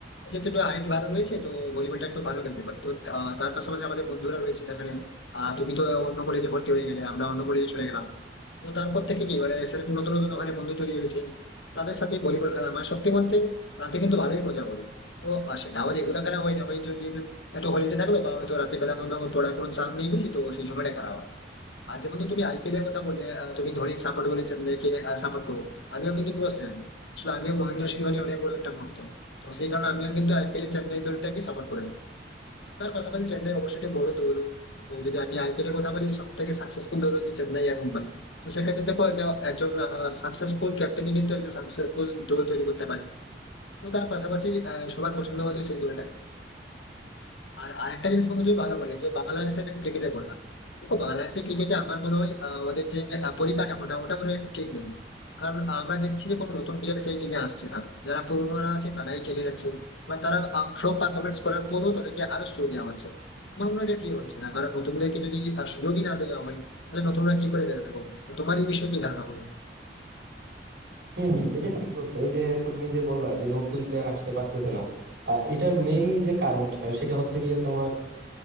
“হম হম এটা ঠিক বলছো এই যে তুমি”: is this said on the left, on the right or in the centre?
Right